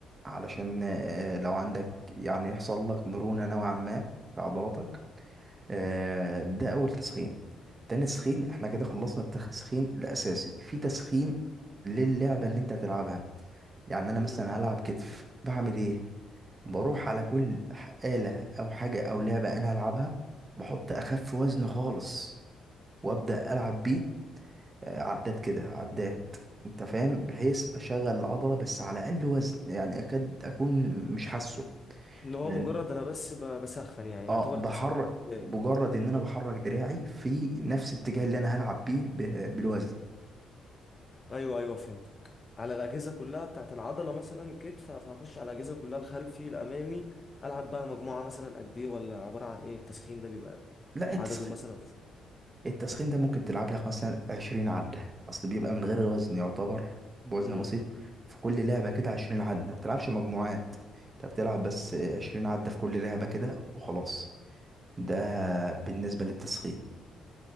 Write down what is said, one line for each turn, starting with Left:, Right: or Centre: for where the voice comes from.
Right: علشان آه، لو عندك يعني يحصل لك مرونة نوعا ما في عضلاتك آه، ده اول تسخين تاني تسخين احنا كده خلصنا التسخين الاساسي في تسخين للعبة اللي انت هتلعبها يعني انا
Left: مم.
Right: مثلا هلعب كتف بعمل ايه بروح على كل ح- آلة او حاجة او لعبة انا هلعبها بحط اخف وزن خالص وابدأ العب بيه آه، عدات كده عدات انت فاهم بحيث اشغل العضلة بس على اقل وزن يعني اكاد اكون مش حاسه
Left: اللي هو
Right: لان
Left: مجرد انا بس ب- بسخن يعني
Right: اه
Left: يعتبر
Right: بحرك
Left: تسخين بداية
Right: مجرد ان انا بحرك دراعي في نفس الاتجاه اللي انا هلعب بيه ب- بالوزن
Left: ايوه ايوه فهمتك على الاجهزه كلها بتاعت العضله مثلا كتف فهخش على الاجهزه كلها الخلفي الامامي العب بقى مجموعه مثلا قد ايه ولا عباره عن ايه التسخين ده بيبقى
Right: لا التسخين
Left: عدده مثلا
Right: التسخين ده ممكن تلعب لك مثلا 20 عدة اصل بيبقى من غير وزن يعتبر بوزن
Left: امم
Right: بسيط في كل لعبة كده 20 عدة ما بتلعبش مجموعات انت بتلعب بس 20 عدة في كل لعبة كده وخلاص ده بالنسبة للتسخين